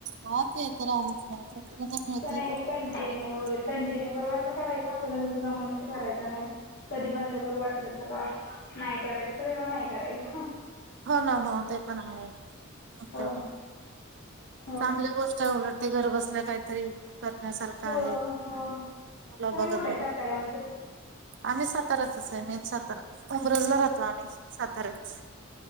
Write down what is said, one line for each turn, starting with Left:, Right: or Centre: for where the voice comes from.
Right: हा ते तर हायचं ना जोपर्यंत मिळतंय
Left: नाही
Right: तोपर्यंत
Left: की कंटिन्यू
Right: करायचं.
Left: वगैरे कंटिन्यू करू वाटलं करायचं आपल जस जमल तसं करायचं हाय कधी बंद करू वाटलं चला नाही करायचं तर तेव्हा नाही करायचं.
Right: हो ना हो ते पण आहेक.
Left: हो हो
Right: चांगल्या गोष्ट अवलटते घर बसल्या काहीतरी. करण्यासारखा
Left: हो
Right: आहे
Left: हो
Right: मूल
Left: तुम्ही
Right: बघत
Left: कुठे
Right: बघत.
Left: साताऱ्यामध्ये
Right: आम्ही सातऱ्याच आहे मेन सातारा उंब्रज ला राहतो आम्ही साताार्यात.